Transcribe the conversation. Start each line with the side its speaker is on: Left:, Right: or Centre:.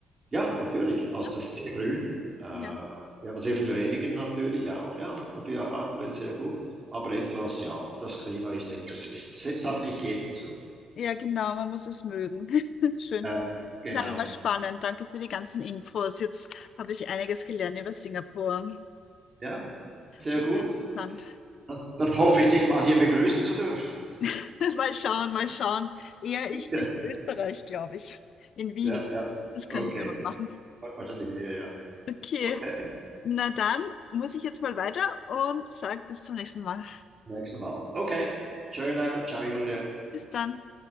Right: Ja, natürlich. Also
Left: Ne?
Right: es ist sehr grün. Äh, wir
Left: Ja.
Right: haben sehr viel Regen natürlich auch, ja. Und Für die Artenwelt sehr gut. Aber etwas, ja, das Klima ist etwas. Es es sagt nicht jedem zu.
Left: Ja, genau, man muss es mögen. <laughs> Schön.
Right: Ja, genau.
Left: Na, das war spannend. Danke für die ganzen Infos. Jetzt habe ich einiges gelernt über Singapur.
Right: Ja, sehr
Left: War
Right: gut.
Left: sehr interessant.
Right: Dann, dann hoffe ich, dich mal hier begrüßen zu dürfen.
Left: <laughs> Mal schauen, mal schauen. Eher ich
Right: Ja,
Left: dich in Österreich, glaube ich. In Wien.
Right: ja, ja.
Left: Das
Right: Okay.
Left: könnten wir mal machen.
Right: Wahrscheinlich eher, ja.
Left: Okay.
Right: Okay.
Left: Na dann muss ich jetzt mal weiter und sage bis zum nächsten Mal.
Right: Nächstes Mal. Okay. Schöner. Ciao, Julia.
Left: Bis dann.